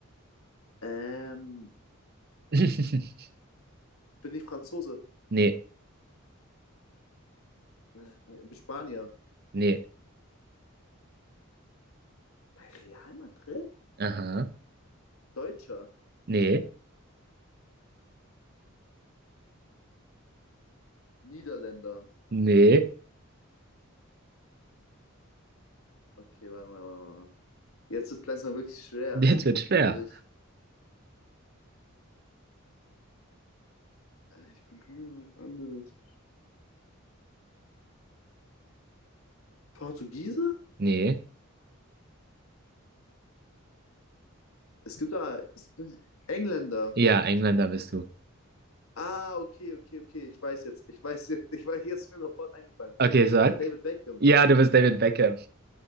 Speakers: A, on the left; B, on the right.
A: Ähm,
B: <laughs>
A: bin ich Franzose?
B: Nee.
A: Äh, Bin Spanier.
B: Nee.
A: Bei Real Madrid?
B: Aha.
A: Deutscher.
B: Nee.
A: Niederländer.
B: Nee.
A: Okay, warte mal, warte mal. Jetzt ist langsam wirklich schwer.
B: Jetzt wird schwer.
A: Also ich, äh, ich bin kaum was anderes. Portugiese?
B: Nee.
A: Es gibt da, es gibt Engländer.
B: Ja, Engländer bist du.
A: Ah, okay, okay, okay. Ich weiß jetzt. Ich weiß jetzt. Ich weiß jetzt ist mir sofort eingefallen.
B: Okay, sag.
A: Äh, David Beckham.
B: Ja, du bist David Beckham.